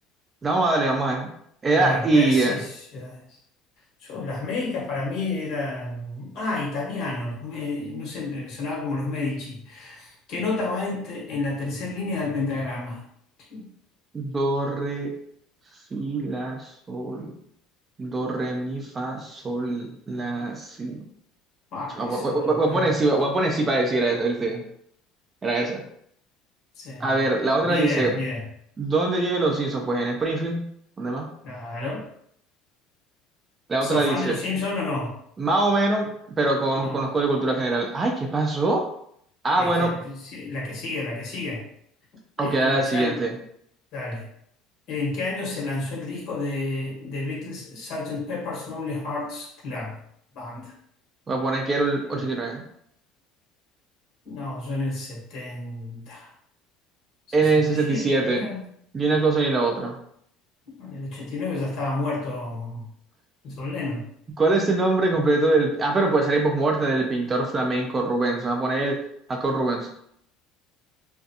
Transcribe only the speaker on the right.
vamos a darle, vamos a ver. Era
y
eh,
do, re, si, la, sol, do, re, mi, fa, sol, la, si.
Voy
a, pon-
voy
a- voy
a poner sí, voy
a poner sí para decir era esa, ¿viste? Era esa.
A ver, la
otra
dice,
¿dónde viven los Simpsons? Pues en Springfield, ¿dónde más?
La otra
dice,
más o menos, pero con-
conozco
de cultura general. Ay, ¿qué pasó? Ah,
bueno,
ok, ahora el siguiente.
Voy a poner que era el
89.
En el sesenta
y siete.
ni una cosa ni la otra.
¿Cuál es el nombre completo del... Ah, pero puede salir post-muerte del pintor flamenco Rubens. Vamos a poner el Jacob Rubens.